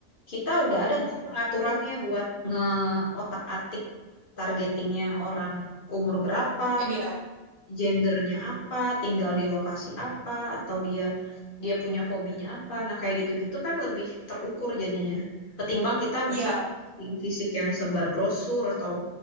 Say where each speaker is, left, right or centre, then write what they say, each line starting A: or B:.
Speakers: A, on the left (about 40°); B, on the right (about 65°).
A: kita udah
B: Mm-mm.
A: ada tuh pengaturannya buat ngeotak-atik targetingnya orang umur berapa,
B: Iya,
A: gendernya apa, tinggal di lokasi apa, atau dia dia punya hobinya apa. Nah, kayak gitu-gitu kan lebih terukur jadinya. Ketimbang kita
B: iya
A: misalnya posting fisik yang sebar brosur atau